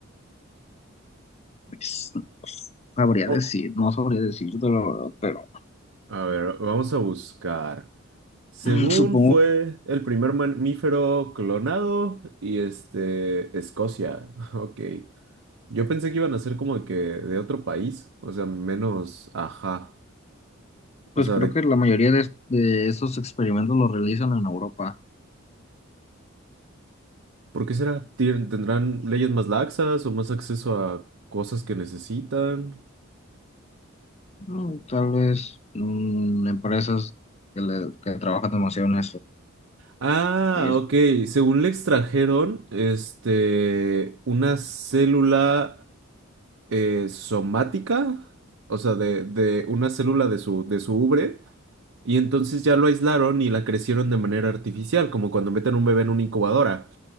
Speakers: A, on the left (about 30°); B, on the right (about 70°).
A: pues, no sabría
B: O-
A: decir, no sabría decirte la verdad, pero
B: A ver, vamos a buscar. Según
A: mm, supongo,
B: fue el primer mamífero clonado y este, Escocia. <laughs> Ok. Yo pensé que iban a ser como de que de otro país, o sea, menos, ajá,
A: pues
B: o sea,
A: creo
B: de,
A: que la mayoría de, de estos experimentos los realizan en Europa.
B: ¿por qué será? ¿Tien- ¿Tendrán leyes más laxas o más acceso a cosas que necesitan?
A: Mm, Tal vez mm, empresas que, le- que trabajan demasiado en eso.
B: Ah,
A: Y es-
B: ok, según le extrajeron, este, una célula eh, somática, o sea, de, de una célula de su, de su ubre, y entonces ya lo aislaron y la crecieron de manera artificial, como cuando meten un bebé en una incubadora,